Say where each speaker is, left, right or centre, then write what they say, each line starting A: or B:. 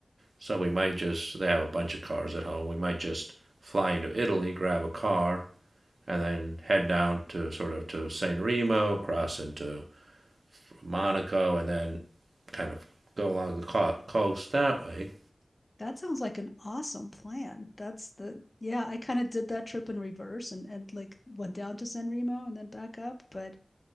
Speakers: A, on the right; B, on the left.
A: So we might just, they have a bunch of cars at home. We might just fly into Italy, grab a car, and then head down to sort of to San Remo, cross into Monaco, and then kind of go along the co- coast that way.
B: That sounds like an awesome plan. That's the yeah, I kind of did that trip in reverse and and like went down to San Remo and then back up, but